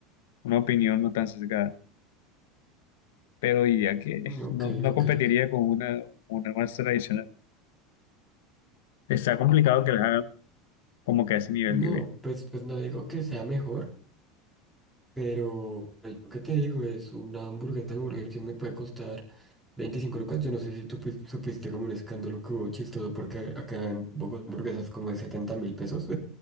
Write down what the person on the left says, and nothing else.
una opinión no tan sesgada. Pero diría que <laughs>
no, no
competiría con una, una más tradicional. Está complicado que las hagan como que a ese nivel,
digo yo.